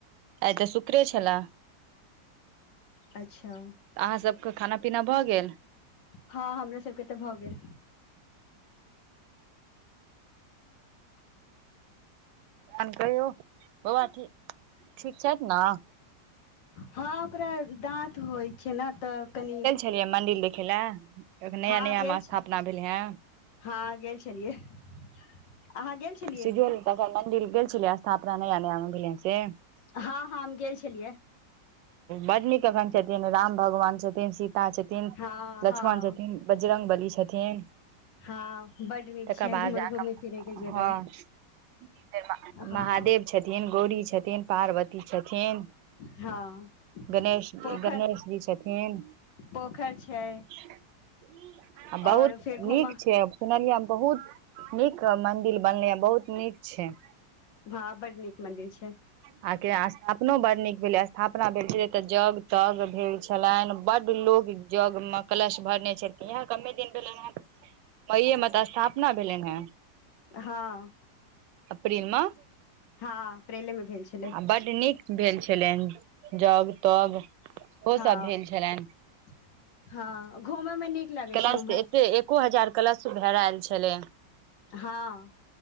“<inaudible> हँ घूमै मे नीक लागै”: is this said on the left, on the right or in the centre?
Left